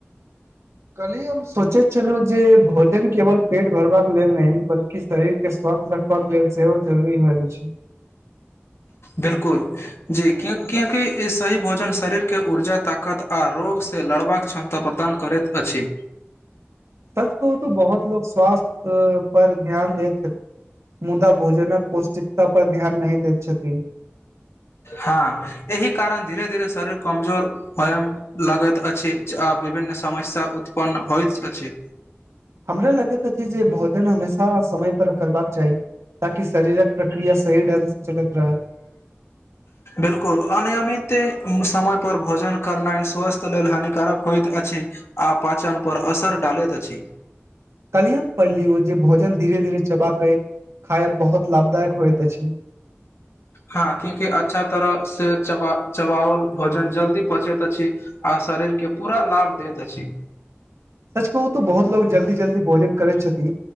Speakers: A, on the right; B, on the left.
A: कली हम सोचे छलु जे भोजन केवल पेट भरबाक लेल न बल्कि शरीर के स्वास्थ ल छै जररी होइ छै
B: बिलकुल जी क्याकि ई सही भोजन शरीरके ऊर्जा ताकत आओर रोग से लड़बाक क्षमता प्रदान करैत अछि
A: सच कहू तऽ बहुत लोको स्वास्थ्य पर ध्यान लैत छथिन मुदा भोजनक पौष्टिकता पर ध्यान नहि दैत छथि
B: हँ एहि कारण धीरे धीरे शरीर कमजोर होएमे लगैत अछि विभिन्न समस्या उत्पन्न होइइत छै
A: हमराे लगैत अछि जे भोजन हमेशा समयपर करबाक चाही ताकि शरीरक प्रक्रिया सही ढंग से चलत रह
B: बिलकुल अनियमित समय पर भोजन करनाइ स्वस्थ लेल हानिकारक होयत अछि आ पाचन पर असर डालैत छी
A: कलियम पढ़ लियौ जे भोजन धीरे धीरे चबा के खायब बहुत लाभदायक होइत अछि
B: हँ क्यूंकि अच्छा तरह से च चबओल भोजन जल्दी पहुचैत अछि आ शरीरके पूरा लाभ दैत अछि
A: सच कहू तऽ बहुत लोग जल्दी जल्दी भोजन करै छथि